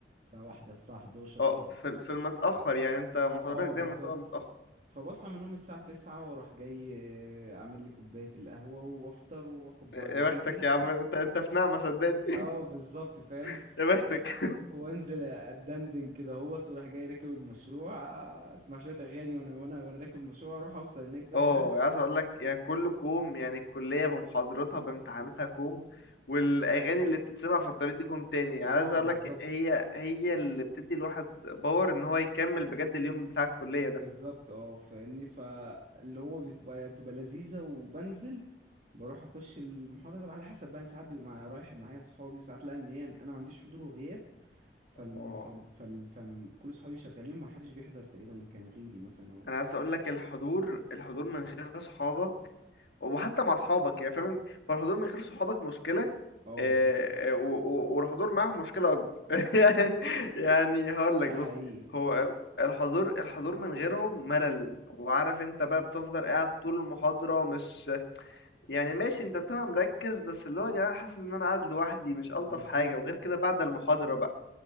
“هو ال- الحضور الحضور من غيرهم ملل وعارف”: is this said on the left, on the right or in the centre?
Left